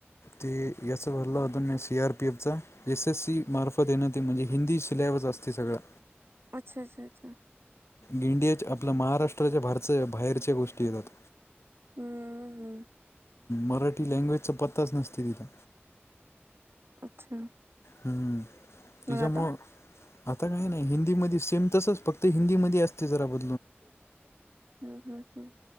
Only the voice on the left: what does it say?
ते याचा भल्ला होता सी आरपीएफ चा एस एस सी मार्फत येण ते म्हणजे हिंदी स्लॅब बस असते सगळं.
इंडियाच्या आपल्या महाराष्ट्राच्या भारच बाहेरच्या गोष्टी येतात.
मराठी लँग्वेजचा पत्ताच नसते तिथं.
हम हम
तिच्यामुळे,
आता काय नाही हिंदी मध्ये सेम तसच फक्त हिंदी मध्ये असते जरा ब